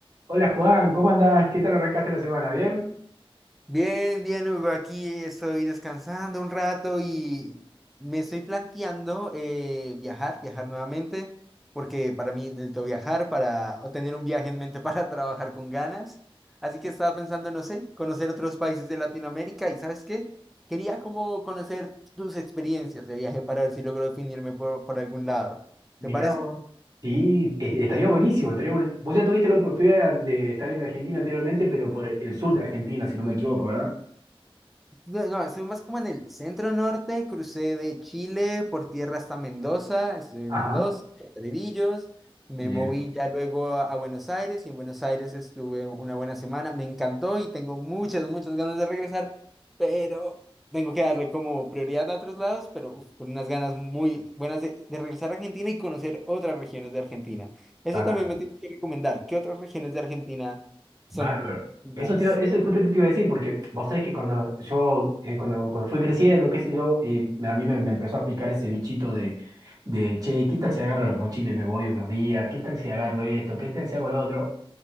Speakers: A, on the right; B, in the centre.
A: Hola Juan, ¿cómo andás? ¿Qué tal arrancaste la semana? ¿Bien?
B: Bien, bien, Hugo, aquí estoy descansando un rato y me estoy planteando eh, viajar, viajar nuevamente, porque para mí necesito viajar para o tener un viaje en mente para <laughs> trabajar con ganas. Así que estaba pensando, no sé, conocer otros países de Latinoamérica y ¿sabes qué? Quería como conocer tus experiencias de viaje para ver si logro definirme por, por algún lado.
A: Mirá
B: ¿Te parece?
A: vos. Sí, e- estaría buenísimo, estaría bu- Vos ya tuviste la oportunidad de estar en Argentina anteriormente, pero por el sur de Argentina, si no me equivoco, ¿verdad?
B: No, no, estuve más como en el centro norte, crucé de Chile por tierra hasta Mendoza, estuve en
A: Ajá.
B: Mendoza, Herrerillos, me
A: Bien.
B: moví ya luego a, a Buenos Aires y en Buenos Aires estuve una buena semana, me encantó y tengo muchas, muchas ganas de regresar, pero tengo que darle como prioridad a otros lados, pero uf, con unas ganas muy buenas de, de regresar a Argentina y conocer otras regiones de Argentina. Eso
A: Bárbaro.
B: también me tienes que recomendar. ¿Qué otras regiones de Argentina son?
A: Bárbaro.
B: brutales?
A: Eso, te iba- eso justo te iba a decir, porque vos sabés que cuando yo, eh, cuando, cuando fui creciendo, qué sé yo, y a mí me, me empezó a picar ese bichito de, de, che, ¿qué tal si agarro la mochila y me voy unos días? ¿Qué tal si agarro esto? ¿Qué tal si hago lo otro?